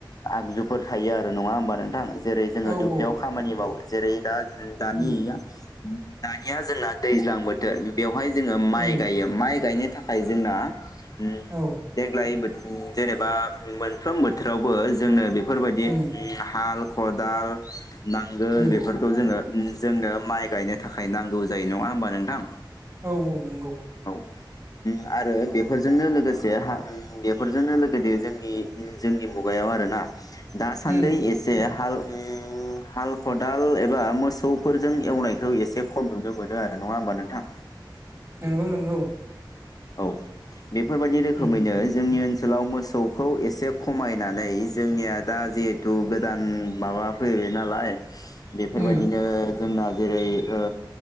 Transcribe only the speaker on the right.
औ
औ
उम
उम
औ
उम
उम
औ औ नंगौ
उम
नंगौ नंगौ <inaudible>
उम
उम